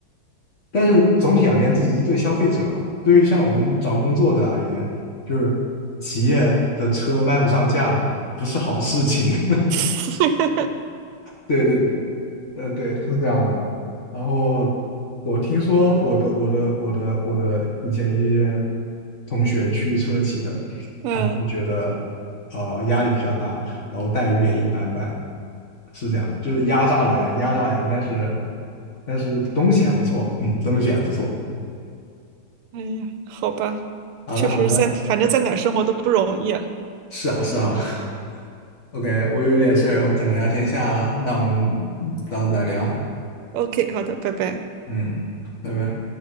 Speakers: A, on the left; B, on the right.
A: 但是总体而言，这只是对消费者嘛。对于像我们找工作的而言，就是企业的车卖不上价，不是好事情。<laughs>
B: <laughs>
A: 对对对，呃，对，是这样的。然后我听说我的我的我的我的以前一些同学去车企的，
B: 嗯，
A: 他们就觉得呃压力比较大，然后待遇也一般般，是这样，就是压榨人，压榨人，但是但是东西还不错，嗯，东西还不错。
B: 哎呀，好吧，
A: 好的，
B: 确实在反正在哪儿生活都不容易啊。
A: 好的。是啊，是啊。<laughs> OK，我有点事儿，我可能要先下了，那我们到时候再聊。
B: OK，好的，拜拜。
A: 嗯，拜拜。